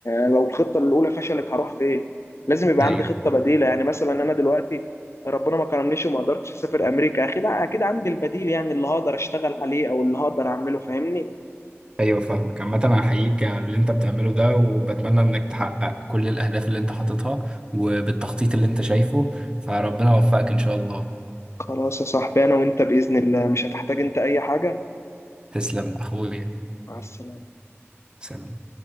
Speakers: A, on the left; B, on the right.
A: آه، لو الخطة الأولى فشلت هروح فين لازم يبقى
B: أيوه
A: عندي خطة بديلة يعني مثلا أنا دلوقتي ربنا ما كرمنيش وما قدرتش أسافر أمريكا أكيد أكيد عندي البديل يعني اللي هقدر أشتغل عليه أو اللي هقدر أعمله فاهمني
B: ايوه فاهمك عامة انا هحييك على اللي انت بتعمله ده وبتمنى انك تحقق كل الاهداف اللي انت حاططها وبالتخطيط اللي انت شايفه فربنا يوفقك ان شاء الله
A: خلاص يا صاحبي أنا وأنت بإذن الله مش هتحتاج أنت أي حاجة
B: تسلم اخويا
A: مع السلامة
B: سلام